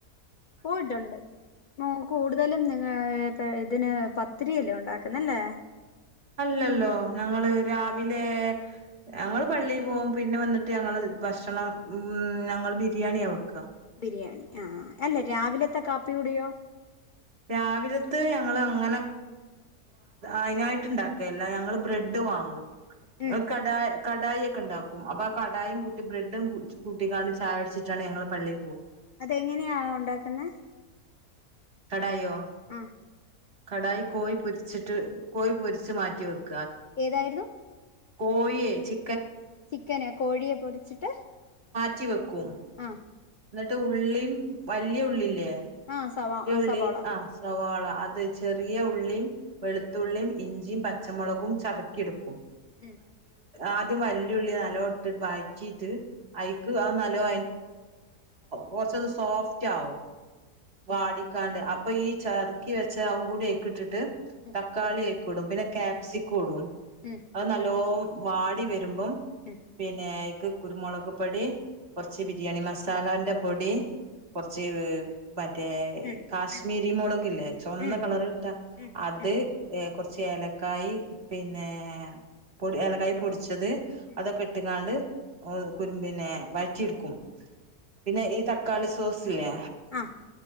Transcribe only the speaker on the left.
പോയിട്ടുണ്ട്കൂടുതലും നിങ്ങ ഇതിന് പ ത്തിരിയല്ലേ ഉണ്ടാക്കുന്നല്ലേ?
ബിരിയാണി ആ അല്ല രാവിലത്തെ കാപ്പി കൂടിയോ?
ഉം
അതെങ്ങനെയാ ഉണ്ടാക്കുന്നെ?
ആ
ഏതായിരുന്നു
ചിക്കന് കോഴിയെ പൊരിച്ചിട്ട്
ആ
ആ സവാ
സവാള
ഉം
ഉം
ഉം
ഉം
ഉം
ഉം
ഉം ഉം
ഉം ഉം
ഉം
ഉം
ആ